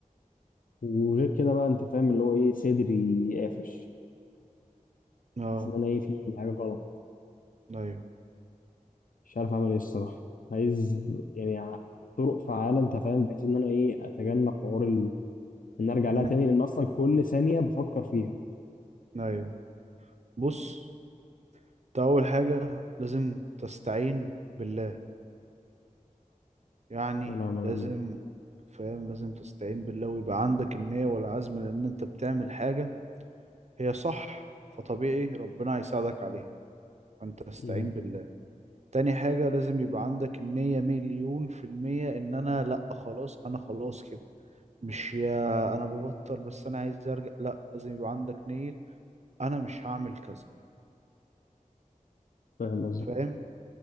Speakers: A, on the left (about 80°); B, on the right (about 55°).
A: وغير كده بقى انت فاهم اللي هو ايه صدري قافش
B: اه
A: حاسس ان انا ايه في حاجه غلط
B: ايوه
A: مش عارف اعمل ايه الصراحه عايز يعني ع- طرق فعاله انت فاهم بحيث ان انا ايه اتجنب حوار ال... ان ارجع
B: ان
A: لها تاني
B: انت
A: لان اصلا كل ثانيه بفكر فيها
B: ايوه بص انت اول حاجة لازم تستعين بالله يعني
A: وانا ما
B: لازم
A: بالله
B: فاهم لازم تستعين بالله ويبقى عندك النية والعزم لان انت بتعمل حاجة هي صح فطبيعي ربنا هيساعدك عليها فانت استعين
A: أمم،
B: بالله تاني حاجة لازم يبقى عندك النية مليون في المية ان انا لا خلاص انا خلاص كده مش يا انا ببطل بس انا عايز ارجع لا لازم يبقى عندك نية انا مش هعمل كذا
A: فاهم قصدك
B: فاهم